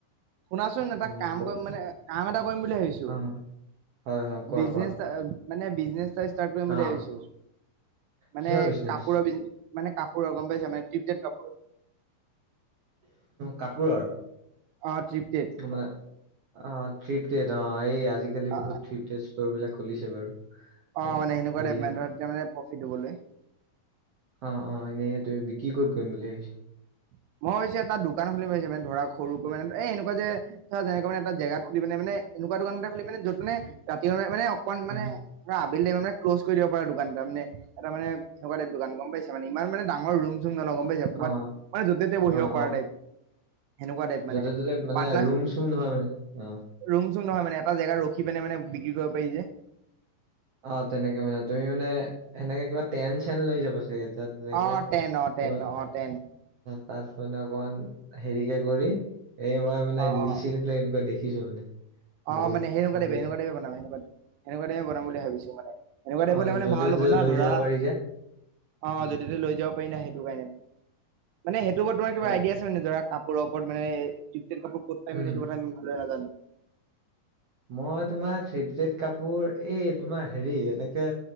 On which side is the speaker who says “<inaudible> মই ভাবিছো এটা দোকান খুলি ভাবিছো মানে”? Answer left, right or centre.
Right